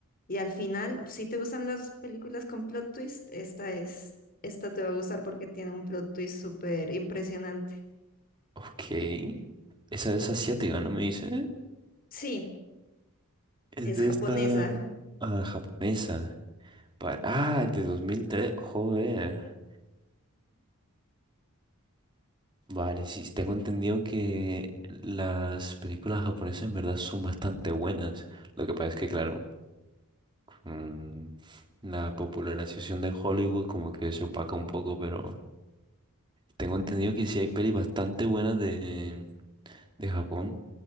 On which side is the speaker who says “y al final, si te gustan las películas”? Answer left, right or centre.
Left